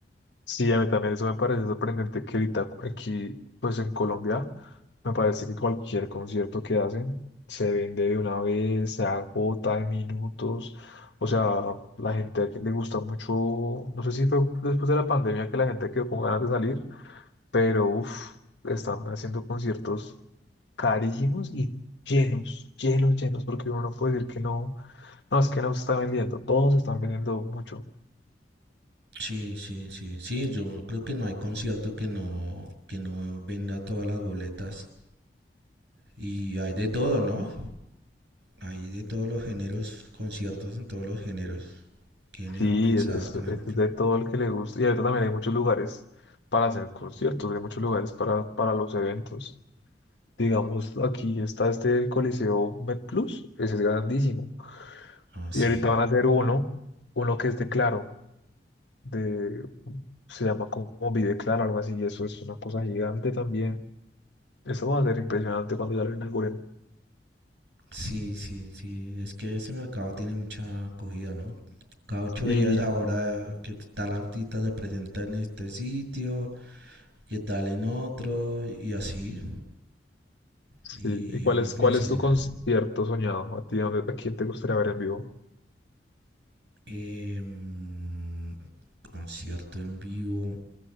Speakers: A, on the left; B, on the right.
A: Sí, a mí también eso me parece sorprendente que ahorita aquí, pues en Colombia, me parece que cualquier concierto que hacen se vende de una vez, se agota en minutos. O sea, la gente aquí le gusta mucho, no sé si fue después de la pandemia que la gente quedó con ganas de salir, pero uff, están haciendo conciertos carísimos y llenos, llenos, llenos, porque uno no puede decir que no, no, es que no se está vendiendo, todos se están vendiendo mucho.
B: Sí, sí, sí, sí, yo creo que no hay concierto que no, que no venda todas las boletas. Y hay de todo, ¿no? Hay de todos los géneros, conciertos en todos los géneros. ¿Quién iba
A: Sí,
B: a pensar,
A: es,
B: por
A: es-
B: ejemplo?
A: es de todo el que le gusta. Y ahorita también hay muchos lugares para hacer conciertos, hay muchos lugares para, para los eventos. Digamos, aquí está este el Coliseo MedPlus, ese es grandísimo.
B: Ah, sí.
A: Y ahorita van a hacer uno, uno que es de Claro, de, se llama como Vive Claro, algo así, y eso es una cosa gigante también. Eso va a ser impresionante cuando ya lo inauguren.
B: Sí, sí, sí. Es que ese mercado tiene mucha acogida, ¿no? Cada ocho
A: Y,
B: días ahora que tal artista se presenta en este sitio y tal en otro y así.
A: sí,
B: Y
A: ¿y cuál
B: uno
A: es,
B: pensaría,
A: cuál es tu concierto soñado? ¿A ti, dónde- a quién te gustaría ver en vivo?
B: em, concierto en vivo,